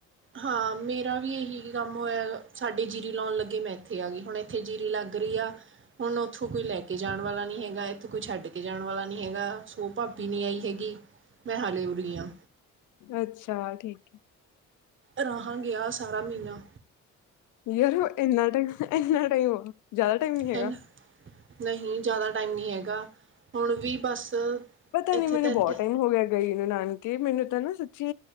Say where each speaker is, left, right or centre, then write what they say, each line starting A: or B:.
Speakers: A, on the right; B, on the left.
A: ਹਾਂ ਮੇਰਾ ਵੀ ਇਹੀ ਕੰਮ ਹੋਇਆ ਸਾਡੇ ਜੀਰੀ ਲਾਉਂਣ ਲੱਗੇ ਮੈਂ ਇੱਥੇ ਆ ਗਈ ਹੁਣੇ ਉੱਥੇ ਜੀਰੀ ਲੱਗ ਰਈ ਆ। ਹੁਣ ਉੱਥੋਂ ਕੋਈ ਲੈ ਕੇ ਜਾਣ ਵਾਲਾ ਨੀ ਹੈਗਾ ਇੱਥੇ ਕੋਈ ਛੱਡ ਕੇ ਜਾਣ ਵਾਲਾ ਨੀ ਹੈਗਾ ਸੋ ਭਾਬੀ ਨਈਆਈ ਹੈਗੀ। ਮੈਂ ਹਾਲੇ ਉਰੀ ਹਾਂ।
B: ਅੱਛਾ ਠੀਕ ਏ।
A: ਰਾਹਾਂ ਗਿਆ ਸਾਰਾ ਮ੍ਹੀਨਾਂ
B: ਯਾਰ ਇਨਾ ਟੈਮ ਇੰਨਾ ਟੈਮ ਵ ਜਾਦਾ ਟੈਮ ਨੀ ਹੈਗਾ।
A: ਐਨ ਨਹੀਂ ਜਾਦਾ ਟਾਈਮ ਨੀ ਹੈਗਾ ਹੁਨ ਵੀ ਬਸ
B: ਪਤਾ
A: ਇੱਥੇ
B: ਨੀ ਮੈਨੂੰ
A: ਤਾਂ ਏਡੇ
B: ਬਹੁ ਟਾਈਮ ਹੋ ਗ਼ੇਆ। ਗਈ ਨੂੰ ਨਾਨਕੇ ਮੈਨੂੰ ਤਾਂ ਨਾ ਸੱਚੀ